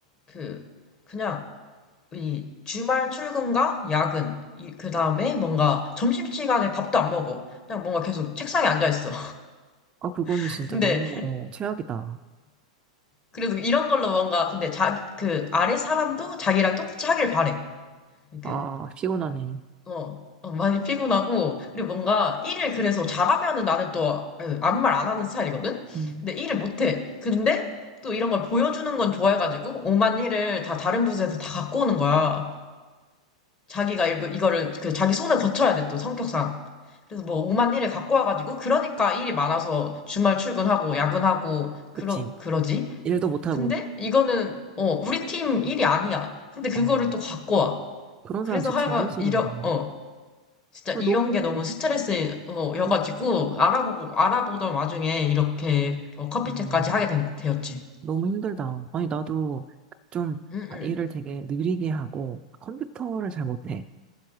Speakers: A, on the left; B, on the right.
A: 그, 그냥, 이 주말 출근과 야근, 이, 그 다음에 뭔가 점심시간에 밥도 안 먹어. 그냥 뭔가 계속 책상에 앉아 있어.
B: 아, 그거는
A: <laughs>
B: 진짜
A: 근데,
B: 너무, 어, 최악이다.
A: 그래도 이런 걸로 뭔가, 근데 자, 그 아래 사람도 자기랑 똑같이 하길 바래. 이렇게,
B: 아, 피곤하네.
A: 어, 어, 많이 피곤하고, 그리고 뭔가 일을 그래서 잘하면은 나는 또 에, 아무 말 안 하는 스타일이거든?
B: 음.
A: 근데 일을 못해. 근데 또 이런 걸 보여주는 건 좋아해가지고, 오만 일을 다 다른 부서에서 다 갖고 오는 거야. 자기가 이거, 이거를 그 자기 손을 거쳐야 돼 또 성격상. 그래서 뭐 오만 일을 갖고 와가지고 그러니까 일이 많아서 주말 출근하고 야근하고
B: 그치.
A: 그러 그러지.
B: 일도 못하고.
A: 근데 이거는 어 우리 팀 일이 아니야. 근데 그거를
B: 어,
A: 또 갖고 와.
B: 그런
A: 그래서
B: 사람 진짜
A: 하여간
B: 제일 싫은데.
A: 이런 어 진짜
B: 그
A: 이런
B: 너무,
A: 게 너무 스트레스 어 여가지고
B: 음,
A: 알아보고 알아보던 와중에 이렇게 어, 커피챗까지
B: 음,
A: 하게 된, 되었지.
B: 너무 힘들다. 아니, 나도 좀
A: 응응
B: 아, 일을 되게 느리게 하고 컴퓨터를 잘 못해.